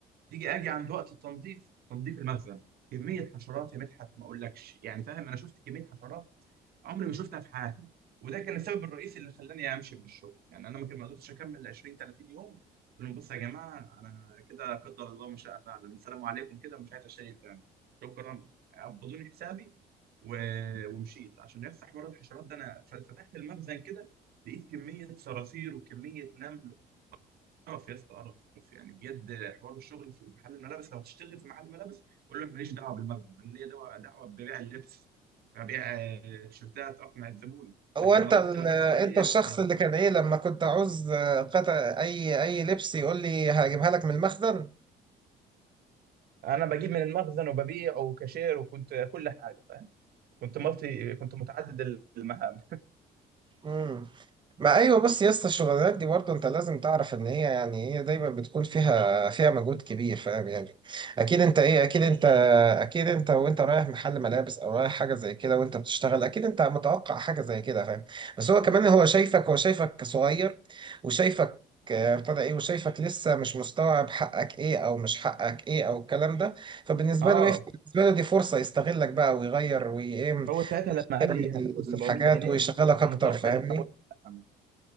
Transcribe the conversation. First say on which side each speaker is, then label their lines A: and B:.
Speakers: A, on the right; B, on the right.
A: تيجي أجي عند وقت التنظيف تنظيف المخزن كمية حشرات يا مدحت ما أقولكش يعني فاهم أنا شفت كمية حشرات عمري ما شفتها في حياتي وده كان السبب الرئيسي اللي خلاني امشي من الشغل يعني انا ما كان ما قدرتش اكمل 20 30 يوم قلت لهم بصوا يا جماعه انا كده قدر الله ما شاء فعل السلام عليكم كده ومش عايز اشيل تاني شكرا قبضوني حسابي و... ومشيت عشان يفتح حوار الحشرات ده انا ف- فتحت المخزن كده لقيت كميه صراصير وكميه نمل اعرف يا اسطى اعرف اعرف يعني بجد حوار الشغل في محل الملابس لو هتشتغل في محل ملابس قول له أنا ماليش دعوه بالمخزن انا ليا دعوه دعوه ببيع اللبس ببيع آه، تيشيرتات اقنع الزبون
B: هو
A: لكن
B: انت
A: نظافه
B: ال...
A: المخزن
B: انت
A: دي
B: الشخص
A: ابعد عنها
B: اللي كان ايه لما كنت عاوز آه، قطع اي اي لبس يقول لي هجيبها لك من المخزن
A: انا بجيب من المخزن وببيع وكاشير وكنت كل حاجه فاهم كنت مالتي كنت متعدد المهام
B: مم. ما ايوه بس يا اسطى الشغلانات دي برضه انت لازم تعرف ان هي يعني هي دايما بتكون فيها فيها مجهود كبير فاهم يعني اكيد انت ايه اكيد انت اكيد انت وانت رايح محل ملابس او رايح حاجه زي كده وانت بتشتغل اكيد انت متوقع حاجه زي كده فاهم بس هو كمان هو شايفك هو شايفك صغير وشايفك آه، ابتدى ايه وشايفك لسه مش مستوعب حقك ايه او مش حقك ايه او الكلام ده فبالنسبه
A: اه
B: له ايه بالنسبه له دي فرصه يستغلك بقى ويغير وايه
A: هو ساعتها لما
B: يعمل
A: قال لي هتاخد 700
B: الحاجات
A: جنيه
B: ويشغلك
A: كان
B: اكتر
A: متوقع
B: فاهمني
A: ان لا